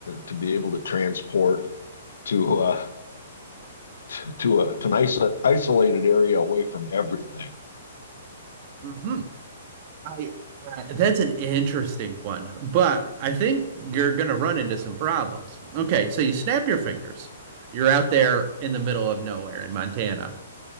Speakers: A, on the left; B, on the right.
A: to be able to transport to uh, t- to a to an iso isolated area away from everything.
B: hmm I uh, that's an interesting one, but I think you're gonna run into some problems. Okay, so you snap your fingers. You're out there in the middle of nowhere in Montana.